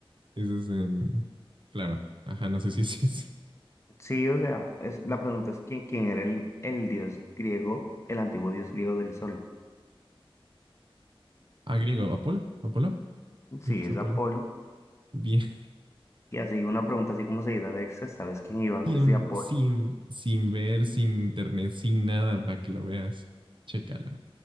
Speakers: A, on the right (about 60°); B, on the left (about 30°).
A: Eso es en... Claro. Ajá, no sé si <laughs> es... es-
B: Sí, o sea, es, la pregunta es quién, quién era el, el dios griego, el antiguo dios griego del sol.
A: Ah, griego. ¿Apolo? ¿Apolo?
B: Sí,
A: Creo que es
B: es
A: Apolo.
B: Apolo.
A: Bien. <laughs>
B: Y así una pregunta así como seguida de extra, ¿sabes quién iba antes
A: Sin,
B: de Apolo?
A: sin, sin ver, sin internet, sin nada para que lo veas. Chécala.